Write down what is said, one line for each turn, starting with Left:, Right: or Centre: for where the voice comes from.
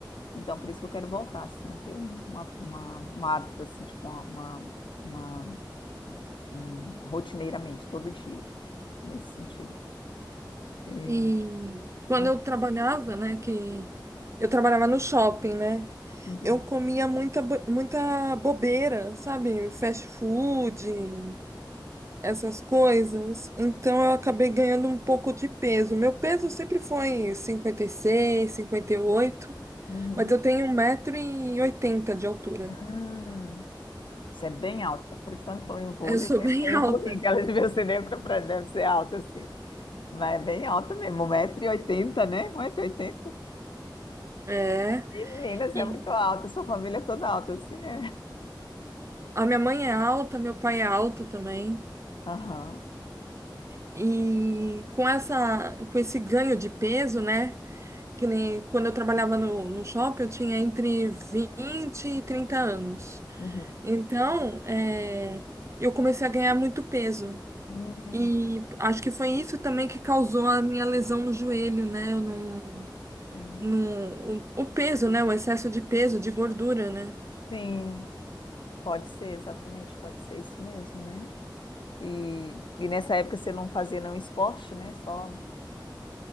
Left: Então, por isso que eu quero voltar, assim, a ter um- uma, uma, um hábito, assim, tipo, uma, uma, uma- um, rotineiramente, todo dia nesse sentido. Eu-
Right: E quando
Left: Uhum,
Right: eu trabalhava, né? Que eu trabalhava no shopping, né?
Left: uhum,
Right: Eu comia muita, bo- muita bobeira, sabe? Fast food. essas coisas, então eu acabei ganhando um pouco de peso. Meu peso sempre foi cinquenta cinquenta e seis cinquenta e oito
Left: uhum.
Right: mas eu tenho um metro e oitenta de altura.
Left: Hum, Isso é bem alto. Por isso, quando falou em vôlei,
Right: Eu sou
Left: eu pensei,
Right: bem <laughs>
Left: eu
Right: alta.
Left: vou rir, que ela devia ser nem pra frente, deve ser alta, assim. Mas é bem alta mesmo, um metro e oitenta, né? Um metro e oitenta.
Right: É.
Left: Menina, você
Right: E
Left: é muito alta, sua família é toda alta, assim, é.
Right: a minha mãe é alta, meu pai é alto também.
Left: Aham.
Right: E com essa, com esse ganho de peso, né? Que nem quando eu trabalhava no, no shopping, eu tinha entre 20 e 30 anos.
Left: Uhum.
Right: Então, é, eu comecei a ganhar muito peso.
Left: Hum,
Right: E acho que foi isso também que causou a minha lesão no joelho, né? Eu não,
Left: sim.
Right: não, o, o peso, né? O excesso de peso, de gordura, né?
Left: Sim, pode ser, exatamente, pode ser isso mesmo, né? E, e nessa época você não fazia nenhum esporte, né? Só.